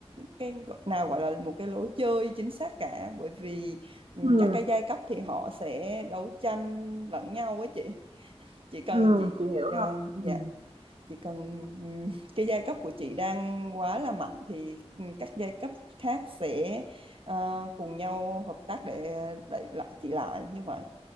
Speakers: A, on the right (about 55°); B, on the right (about 75°).
A: cái gọi- nào gọi là một cái lối chơi chính xác cả bởi vì Ừ,
B: ừm,
A: các cái giai cấp thì họ sẽ đấu tranh lẫn nhau á chị chỉ cần
B: ừm,
A: chị
B: chị hiểu rồi,
A: ờ,
B: ừm,
A: dạ chỉ cần ừm, cái giai cấp của chị đang quá là mạnh thì ừm, các giai cấp khác sẽ ờ, cùng nhau hợp tác để đẩy lại chị lại như vậy